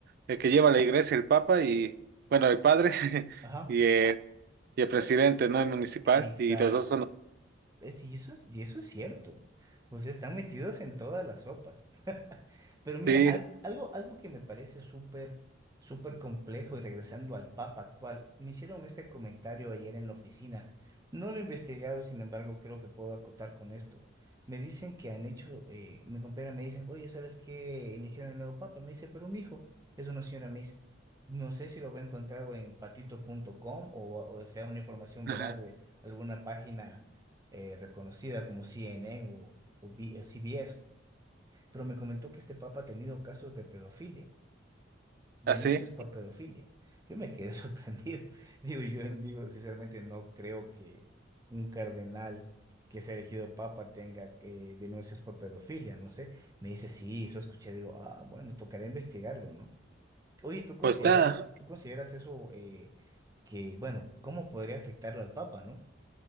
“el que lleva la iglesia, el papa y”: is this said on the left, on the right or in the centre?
Right